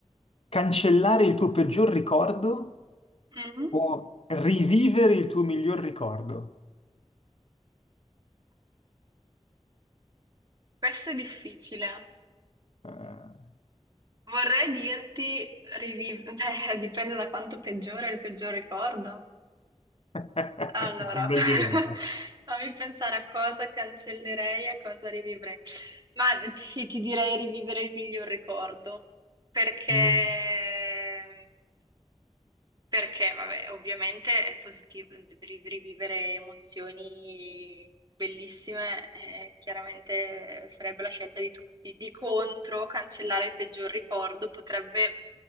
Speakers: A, on the left (about 60°); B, on the right (about 40°).
A: cancellare il tuo peggior ricordo
B: Mhm.
A: o rivivere il tuo miglior ricordo?
B: Questo è difficile.
A: Eh,
B: Vorrei dirti, riviv- <laughs> beh, dipende da quanto peggiore è il peggior ricordo.
A: <laughs>
B: Allora,
A: Un bel
B: <laughs>
A: dilemma. eh.
B: fammi pensare a cosa cancellerei e a cosa rivivrei. Ma sì, ti direi rivivere il miglior ricordo, perché
A: Mm.
B: perché, vabbè, ovviamente è positivo ri- rivivere emozioni bellissime, eh, chiaramente sarebbe la scelta di tutti. Di contro, cancellare il peggior ricordo potrebbe,